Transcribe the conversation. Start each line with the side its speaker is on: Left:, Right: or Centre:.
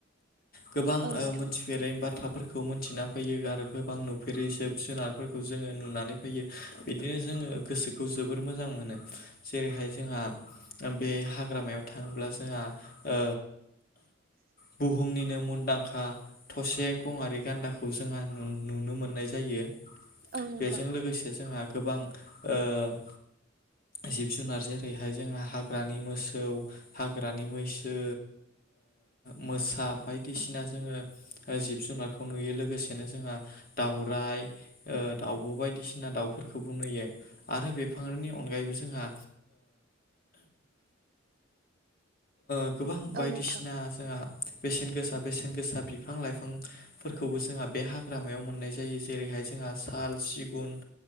Left: गोबां ओ
Right: औ नोंथां
Left: मोनथिफेरै बाथ्राफोर खौ मोनथिना फैयो आरो गोबां नुफेरै जिब जुनारफोरखौ जोङो नुनानै फैयो बिदिनो जोङो गोसोखौ जोबोर मोजां मोनो जेरैहाय जोंहा बे हाग्रामायाव थाङोब्ला जोंहा ओ बुहुमनिनो मुंदां खा थसे गंआरि गान्दाखौ जोंहा नु-नुनो मोननाय जायो।
Right: औ नोंथां
Left: बेजों लोगोसे जोंहा गोबां ओ जिब जुनार जेरैहाय जोंहा हाग्रानि मोसौ, हाग्रानि मैसो, मोसा बायदिसि ना जोङो ओ जिब जुनारखौ नुयो लोगोसेनो जोंहा दाउराइ ओ दाउब' बायदिसिना दाउफोरखौबो नुयो आरो बिफांनि अनगायैबो जोंहा ओ ओ गोबां बायदिसिना
Right: औ नोंथां
Left: जोंहा बेेसेन गोसा बेसेन गोसा बिफां लाइफांफोरखौबो जोंहा बे हाग्रामायाव मोननाय जायो जेरैहाय जोंहा साल, सिगुन